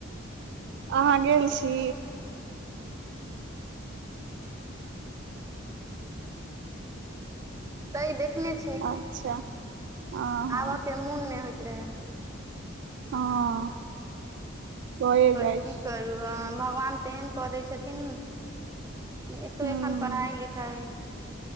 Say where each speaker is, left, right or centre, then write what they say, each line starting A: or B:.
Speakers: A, on the right; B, on the right.
A: अहाँ गेल छै।
B: क देखने <unintelligible>
A: अच्छा। हँ हँ
B: आब के मोन नहि होइत रहै
A: हँ। भए
B: पर
A: जाइ
B: कि
A: छै
B: करू हैं, भगवान तेहन कऽ दै छथिन। एतौ
A: हूँ
B: एखन पढ़ाइ लिखाइ।